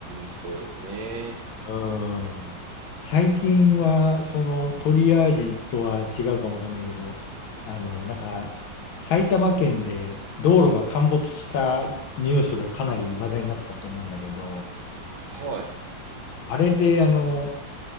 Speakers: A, on the right; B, on the left.
A: ん、そうですね。
B: うん。最近は、そのトリアージとは違うかもわかんないけど、あの、なんか、埼玉県で道路が陥没したニュースがかなり話題になったと思うんだけど、
A: はい。
B: あれで、あの、